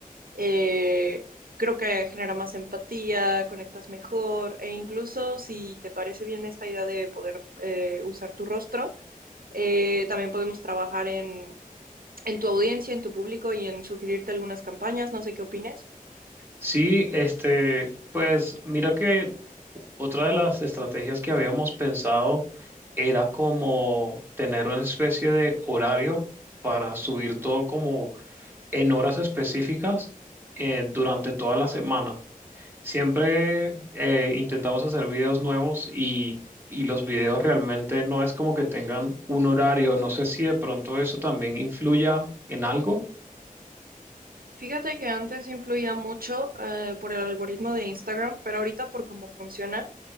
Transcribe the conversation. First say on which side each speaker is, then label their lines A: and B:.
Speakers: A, on the right; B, on the right.
A: Eh, creo que genera más empatía, conectas mejor e incluso si te parece bien esta idea de poder eh, usar tu rostro, eh, también podemos trabajar en, en tu audiencia, en tu público y en sugerirte algunas campañas, no sé qué opines.
B: Sí, este, pues mira que otra de las estrategias que habíamos pensado era como tener una especie de horario para subir todo como en horas específicas eh, durante toda la semana. Siempre eh, intentamos hacer videos nuevos y, y los videos realmente no es como que tengan un horario. No sé si de pronto eso también influya en algo.
A: Fíjate que antes influía mucho eh, por el algoritmo de Instagram, pero ahorita por cómo funciona